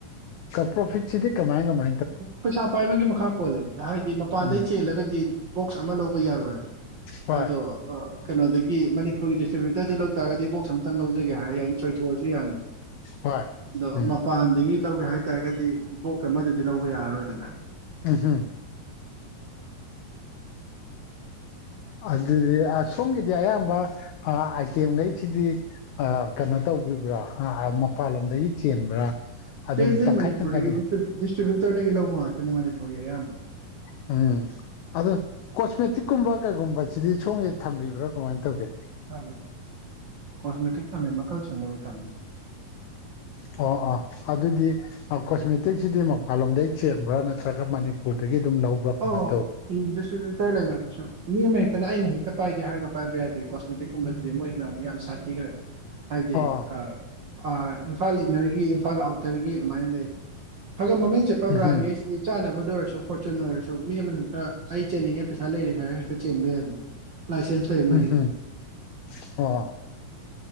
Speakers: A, on the left; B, on the right.
A: ꯄꯣꯐꯤꯠ ꯁ ꯁꯤꯗꯤꯤ ꯀꯃꯑꯒ ꯃ
B: ꯄꯩꯁꯥ ꯄꯥꯏꯕꯒꯤ ꯃꯈꯥ ꯄꯣꯜꯂ ꯍꯥꯏꯗꯤ ꯃꯄꯥꯟꯗꯩ
A: ꯎꯝ
B: ꯆꯦꯜꯂꯒꯗꯤ ꯕꯣꯛꯁ ꯑꯃ ꯂꯧꯕ ꯌꯥꯔꯣꯏ
A: ꯍꯣꯏ
B: ꯑꯗꯣ ꯀꯩꯅꯣꯗꯒꯤ ꯃꯅꯤꯄꯨꯔ ꯑꯩꯈꯣꯏ ꯗꯤꯁꯇ꯭ꯔꯤꯕ꯭ꯌꯨꯇꯔꯗ ꯂꯧ ꯇꯥꯔꯒꯗꯤ ꯕꯣꯛ ꯑꯝꯇꯪ ꯂꯧꯖꯒꯦ ꯍꯥꯏꯔ ꯌꯥꯏ ꯆꯣꯏꯊꯣꯛꯑꯁꯨ ꯌꯥꯅꯤ
A: ꯍꯣꯏ
B: ꯑꯗꯣ
A: ꯎꯝ
B: ꯃꯄꯥꯟꯗꯒꯤ ꯂꯧꯒꯦ ꯍꯥꯏꯇꯥꯔꯒꯗꯤ ꯕꯣꯛꯁ ꯑꯃꯗꯨꯗꯤ ꯂꯧꯕ ꯌꯥꯔꯔꯣꯏꯗꯅ
A: ꯎꯝ ꯍꯝ ꯑꯣ ꯑꯗꯨꯗꯤ ꯁꯣꯝꯒꯤꯗꯤ ꯑꯌꯥꯝꯕ ꯑꯥꯏꯇꯦꯝ ꯂꯩꯁꯤꯗꯤ ꯀꯩꯅꯣ ꯇꯧꯕꯤꯕ꯭ꯔꯥ ꯃꯄꯥꯟꯂꯣꯝꯗꯒꯤ ꯆꯦꯟꯕ꯭ꯔꯥ ꯑꯗꯨꯝ
B: ꯇ꯭ꯔꯦꯟꯗꯤ
A: ꯇꯪꯈꯥꯏ
B: ꯃꯅꯤꯄꯨꯔꯗꯒꯤ
A: ꯇꯪꯈꯥꯏ ꯑꯗꯨꯝ
B: ꯗꯤꯁꯇ꯭ꯔꯤꯕ꯭ꯌꯨꯇꯔꯗꯒꯤ ꯂꯧꯕ ꯉꯥꯛꯇꯅꯤ ꯃꯅꯤꯄꯨꯔꯒꯤ ꯑꯌꯥꯝꯕ
A: ꯎꯝ ꯑꯗꯣ ꯀꯣꯁꯃꯦꯇꯤꯛꯀꯨꯝꯕ ꯀꯩꯒꯨꯝꯕꯁꯤꯗꯤ ꯁꯣꯝꯒꯤꯗ ꯊꯝꯕꯤꯕ꯭ꯔꯥ ꯀꯃꯥꯏꯅ ꯇꯧꯒꯦ
B: ꯊꯝꯃꯤ ꯀꯣꯁꯃꯦꯇꯤꯛ ꯊꯝꯃꯤ ꯃꯈꯜ ꯁꯨꯅꯕ ꯊꯝꯃꯤ
A: ꯑꯣ ꯑꯣ ꯑꯗꯨꯗꯤ ꯀꯣꯁꯃꯦꯇꯤꯛꯁꯤꯗꯤ ꯃꯄꯥꯟꯂꯣꯝꯗꯒꯤ ꯆꯦꯟꯕ꯭ꯔꯥ ꯅꯠꯇ꯭ꯔꯒ ꯃꯅꯤꯄꯨꯔꯗꯒꯤ ꯑꯗꯨꯝ ꯂꯧꯕ꯭ꯔꯥ ꯀꯃꯥꯏꯅ
B: ꯑ
A: ꯇꯧꯏ
B: ꯗꯤꯁꯇ꯭ꯔꯤꯕ꯭ꯌꯨꯇꯔ ꯂꯩꯕ ꯑꯗꯨꯁꯨ ꯃꯤ ꯑꯃ ꯍꯦꯛꯇꯅ ꯑꯩꯅ ꯍꯦꯛꯇ ꯄꯥꯏꯒꯦ ꯍꯥꯏꯔꯒ ꯄꯥꯏꯕ ꯌꯥꯗꯦ ꯀꯣꯁꯃꯦꯇꯤꯛꯀꯨꯝꯕꯗꯗꯤ ꯃꯣꯏꯅ ꯑꯃꯨꯛ ꯌꯥꯝ ꯁꯥꯊꯤꯈ꯭ꯔꯦ ꯍꯥꯏꯗꯤ
A: ꯑꯣ
B: ꯑꯥ ꯏꯝꯐꯥꯜ ꯏꯟꯅꯔꯒꯤ ꯏꯝꯐꯥꯜ ꯑꯥꯎꯇꯔꯒꯤ ꯑꯗꯨꯃꯥꯏꯅ ꯂꯩ ꯈꯒꯝ ꯃꯃꯤꯡ ꯆꯠꯄ
A: ꯎꯝꯍꯨꯝ
B: ꯕ꯭ꯔꯥꯟꯒꯩꯁꯤꯗꯤ ꯆꯥꯟꯅꯕꯗ ꯑꯣꯏꯔꯁꯨ ꯐꯣꯔꯆꯨꯅꯔꯁꯨ ꯃꯤ ꯑꯃꯅ ꯍꯦꯛꯇ ꯑꯩ ꯆꯦꯟꯅꯤꯡꯉꯦ ꯄꯩꯁꯥ ꯂꯩꯔꯦ ꯍꯥꯏꯔ ꯍꯦꯛꯇ ꯆꯦꯟꯕ ꯌꯥꯗꯦ ꯂꯥꯏꯁꯦꯟꯁ ꯂꯩ ꯃꯣꯏꯒꯤꯗꯤ
A: ꯎꯝꯍꯨꯝ ꯑꯣ